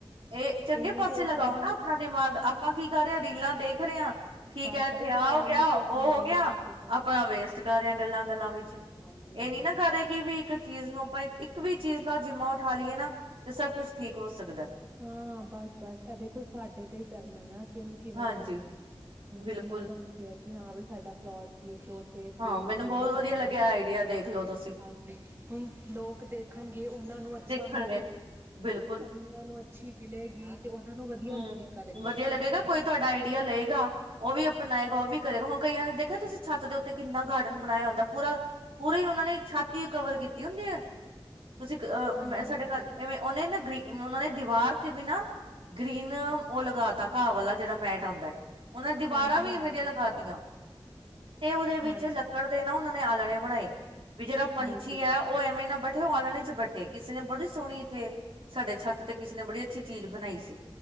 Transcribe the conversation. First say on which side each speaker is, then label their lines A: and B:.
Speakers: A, on the right; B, on the right.
A: ਇਹ ਚੰਗੇ
B: ਇੰਨਾ
A: ਪਾਸੇ
B: ਤੇ ਔਖਾ
A: ਲਗਾਓ
B: ਵੀ
A: ਨਾ
B: ਨੀ
A: ਆਪਣਾ ਦਿਮਾਗ ਆਪਾਂ ਕੀ ਕਰ ਰਹੇ ਰੀਲਾਂ ਦੇਖ ਰਹੇ ਆ ਠੀਕ
B: ਬਸ-ਬਸ
A: ਐ ਇੱਥੇ
B: ਉਹ ਤੇ
A: ਆਹ
B: ਟਾਈਮ
A: ਹੋ ਗਿਆ
B: ਅਸੀਂ
A: ਉਹ
B: ਆਪਣਾ
A: ਹੋ
B: ਵੇਸਟ
A: ਗਿਆ,
B: ਕਰਦੇ ਪਏ
A: ਆਪਣਾ
B: ਆ।
A: ਵੇਸਟ ਕਰ ਰਿਹਾ ਗੱਲਾਂ ਗੱਲਾਂ ਵਿੱਚ,
B: ਹਾਂਜੀ-ਹਾਂਜੀ,
A: ਇਹ ਨੀ ਨਾ ਕਰ ਰਹੇ ਕਿ ਵੀ ਇੱਕ ਚੀਜ਼ ਨੂੰ ਆਪਾਂ ਇਕ ਵੀ ਚੀਜ਼ ਦਾ ਜਿੰਮਾ ਉਠਾ ਲਈਏ ਨਾ, ਤੇ ਸਭ ਕੁੱਛ ਠੀਕ ਹੋ ਸਕਦਾ।
B: ਹਾਂ ਬਸ ਬਸ ਇਹ ਦੇਖੋ ਸਾਡੇ ਤੇ ਹੀ ਕਰਨਾ ਹੈ ਨਾ ਅਸੀਂ ਤੁਹਾਨੂੰ ਕਿਵੇਂ
A: ਹਾਂਜੀ
B: ਕਰਨਾ ਹੈ, ਹੁਣ ਜਿਵੇਂ
A: ਬਿਲਕੁਲ
B: ਮੈਂ ਤੁਹਾਨੂੰ ਕਿਹਾ ਕਿ ਹਾਂ ਬਈ ਸਾਡਾ ਪਲੋਟ ਸੀ ਅਸੀਂ ਉਥੇ ਪੇੜ
A: ਹਾਂ ਮੈਨੂੰ
B: ਪੂੜ
A: ਬਹੁਤ
B: ਲਗਾਏ
A: ਵਧੀਆ ਲੱਗਿਆ
B: ਨੇ,
A: ਆਈਡੀਆ ਦੇਖਲੋ ਤੁਸੀਂ
B: ਹਾਂਜੀ ਹੁਣ ਲੋਕ ਦੇਖਣਗੇ ਉਹਨਾਂ ਨੂੰ ਅੱਛਾ
A: ਦੇਖਣਗੇ
B: ਮਿਲ,
A: ਬਿਲਕੁਲ
B: ਉਹਨਾਂ ਨੂੰ ਅੱਛੀ ਮਿਲੇਗੀ ਤੇ ਉਹਨਾਂ ਨੂੰ ਵਧੀਆ
A: ਹੂੰ
B: ਤਰੀਕਾ ਲੱਗੇਗਾ
A: ਵਧੀਆ ਕੋਈ ਤੁਹਾਡਾ ਆਈਡੀਆ ਲਏਗਾ, ਉਹ ਵੀ ਅਪਣਾਏਗਾ ਉਹ ਵੀ ਕਹੇਗਾ ਹੁਣ ਕਈਆਂ ਨੇ ਦੇਖਿਆ ਤੁਸੀਂ ਛੱਤ ਦੇ ਉੱਤੇ ਕਿੰਨਾ ਗਾਰਡਨ ਬਣਾਇਆ ਹੁੰਦਾ ਪੂਰਾ, ਪੂਰੀ ਉਹਨਾਂ ਨੇ ਛੱਤ ਹੀ ਕਵਰ ਕੀਤੀ ਹੁੰਦੀ ਹੈ। ਤੁਸੀਂ ਅ
B: ਹਾਂਜੀ
A: ਮੈਂ ਸਾਡੇ
B: ਹਾਂਜੀ
A: ਘਰ ਇਵੇਂ ਉਹਨੇ ਨਾ ਗਰੀ ਉਹਨਾਂ ਨੇ ਦੀਵਾਰ ਤੇ ਵੀ ਨਾ, ਗ੍ਰੀਨ ਉਹ ਲਗਾ ਤਾ ਘਾਹ ਵਾਲਾ ਜਿਹੜਾ ਮੈਟ ਆਉਂਦਾ, ਉਹ ਨੇ ਦੀਵਾਰਾਂ
B: ਹਾਂਜੀ
A: ਵੀ ਇਵੇਂ
B: ਹਾਂਜੀ
A: ਦੀਆਂ ਲਗਾਤੀਆਂ, ਤੇ ਉਹਦੇ ਵਿੱਚ
B: ਹਾਂ
A: ਲੱਕੜ ਦੇ ਨਾ ਉ ਉਹਨੇ ਆਲਣੇ ਬਣਾਏ ਵੀ ਜਿਹੜਾ ਪੰਛੀ
B: ਬਿਲਕੁਲ
A: ਹੈ ਉਹ ਐਵੇਂ ਨਾ ਬਟ ਔ ਆਲਣੇ ਚ ਬੈਠੇ ਕਿਸੇ ਨੇ ਬੜੀ ਸੋਹਣੀ ਇੱਥੇ ਸਾਡੇ ਛੱਤ ਤੇ ਕਿਸੇ ਨੇ ਬੜੀ ਅੱਛੀ ਚੀਜ਼ ਬਣਾਈ ਸੀ